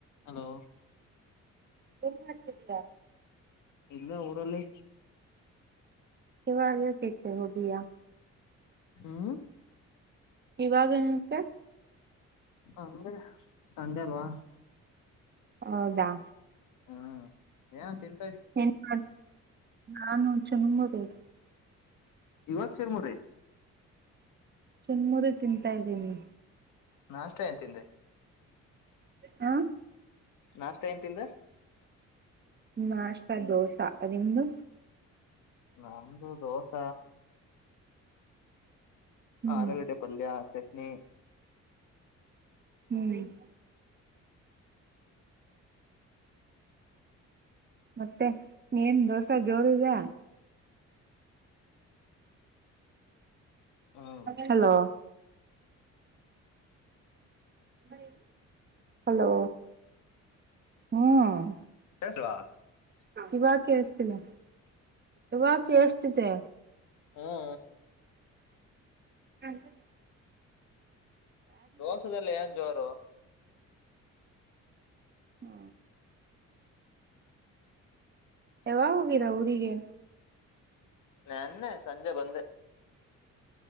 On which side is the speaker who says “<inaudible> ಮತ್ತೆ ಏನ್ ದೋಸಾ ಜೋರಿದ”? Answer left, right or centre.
Right